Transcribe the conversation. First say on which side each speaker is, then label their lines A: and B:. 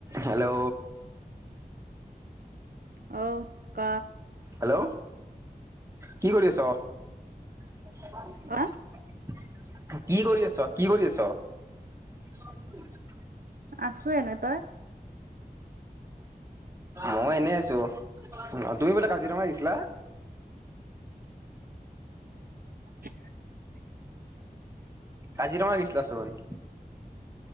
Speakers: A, on the right; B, on the right.
A: Hello?
B: অহ ক
A: hello কি কৰি আছ? <unintelligible>
B: হা!
A: কি কৰি আছ, কি কৰি আছ? <unintelligible>
B: আছোঁ, এনে তই?
A: মই এনেই আছো, তুমি বোলে কাজিৰঙা আহিছিলা।
B: <unintelligible>
A: কাজিৰঙা গেখিলা চোন।